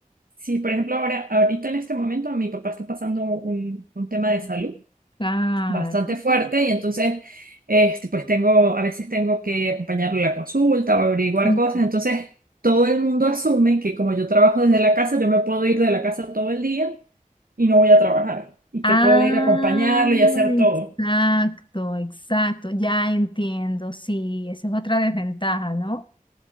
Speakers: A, on the right (about 80°); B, on the left (about 35°).
A: sí, por ejemplo, ahora, ahorita en este momento mi papá está pasando un un tema de salud.
B: Claro.
A: bastante fuerte y entonces este, pues tengo, a veces tengo que acompañarlo a la consulta o averiguar
B: sí.
A: cosas, entonces todo el mundo asume que como yo trabajo desde la casa, yo me puedo ir de la casa todo el día y no voy a trabajar y
B: Ah,
A: que puedo ir a acompañarlo y hacer
B: exacto,
A: todo.
B: exacto, ya entiendo, sí, esa es otra desventaja, ¿no?